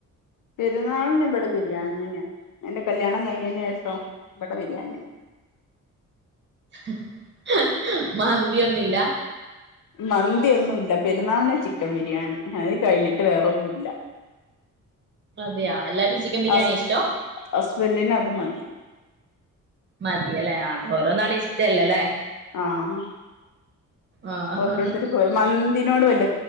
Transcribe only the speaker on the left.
പെരുന്നാളന്ന ഇവിടെ പ ബിരിയാണി തന്നെയാ എന്റെ കല്യാണം കഴിഞ്ഞതിന് ശേഷം ഇവിടെ ബിരിയാണി തന്നെ
മന്തി ഒന്നു ഇല്ല പെരുന്നാളിന് ചിക്കൻ ബിരിയാണി അത് കഴിഞ്ഞിട്ട് വേറൊന്നും ഇല്ല
ഹസ്
ഹസ്ബൻഡിന് അത് മതി
ആഹ്
ഓരോരുത്തർ പോയ മന്തിനോട് വല്ല്യ